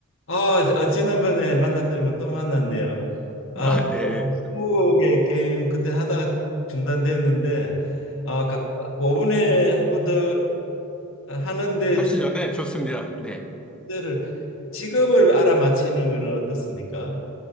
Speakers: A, on the left; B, in the centre.
A: 아, 아, 지난번에 만났더니만 또 만났네요.
B: 아,
A: 아,
B: 네.
A: 스무고개 게임 그때 하다가 중단됐는데, 아, 가, 뭐 5분에 한 번 더 하는데
B: 하시죠.
A: 주-
B: 네, 좋습니다. 네.
A: 주제를 직업을 알아맞히는 거는 어떻습니까?